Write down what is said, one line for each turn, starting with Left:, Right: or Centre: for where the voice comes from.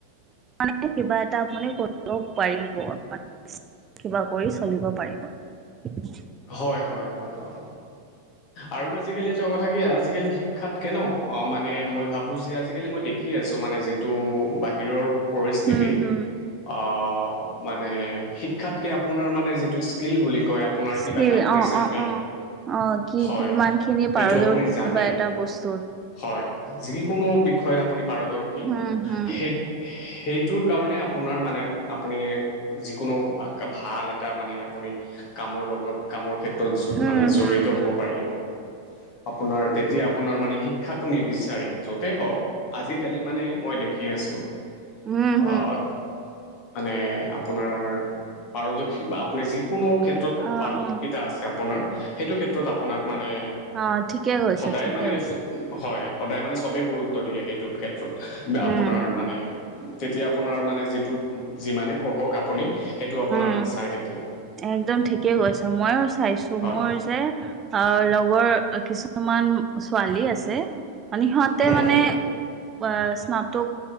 Right: মানে কিবা এটা আপুনি কৰিব পাৰিব <unintelligible> কিবা কৰি চলিব পাৰিব।
Left: হয় হয় হয় হয়। আৰু আজিকালি এটা কথা কি আজিকালি শিক্ষাতকে ন' অ' মানে মই ভাবোঁ যে আজিকালি মই দেখ শিকি আছোঁ মানে যিটো বাহিৰৰ পৰিস্থিতি
Right: উম, হম।
Left: অ' মানে শিক্ষাতকে আপোনাৰ মানে যিটো স্কিল বুলি কয় আপোনাৰ
Right: স্কিল
Left: কিবা এটা আপুনি
Right: অ',
Left: জানে
Right: অ', অ'। অ' কি
Left: হয়
Right: কিমানখিনি পাৰদৰ্শিতা
Left: এইটো আপুনি জানে
Right: বা এটা বস্তুত।
Left: হয়, যিকোনো বিষয়ত আপুনি পাৰদৰ্শিক
Right: হম, হম।
Left: সেই সেইটোৰ কাৰণে আপোনাৰ মানে আপুনি যিকোনো ভাল এটা মানে আপুনি কামৰ লগত কামৰ ক্ষেত্ৰত জ
Right: হম,
Left: মানে জড়িত
Right: হম, হম,
Left: হ'ব পাৰিব। আপোনাৰ তেতিয়া আপোনাৰ মানে শিক্ষাটো নিবিচাৰে য'তে হওঁক। আজিকালি মানে মই দেখি আছোঁ।
Right: হম, হম,
Left: অ' মানে আপোনাৰ পাৰদৰ্শি আপ আপুনি যিকোনো ক্ষেত্ৰত
Right: অ',
Left: পাৰদৰ্শিতা
Right: অ',
Left: আছে আপোনাৰ সেইটো ক্ষেত্ৰত আপোনাক মানে,
Right: অ', ঠিকে কৈছে,
Left: সদায়
Right: ঠিকে
Left: মানে
Right: কৈছে।
Left: হয় সদায় মানে চবে গুৰুত্ব দিয়ে সেইটো ক্ষেত্ৰত বা
Right: উম,
Left: আপোনাৰ
Right: উম,
Left: মানে তেতিয়া আপোনাৰ মানে যিটো যিমানেই পঢ়ক আপুনি সেইটো আপোনাৰ
Right: উম।
Left: নাচাই তেতিয়া।
Right: একদম ঠিকেই কৈছে। ময়ো চাইছোঁ
Left: হয়
Right: মোৰ যে অ' লগৰ কিছুমান ছোৱালী আছে মানে সিহঁতে
Left: হুম
Right: মানে
Left: হুম
Right: অ' স্নাতক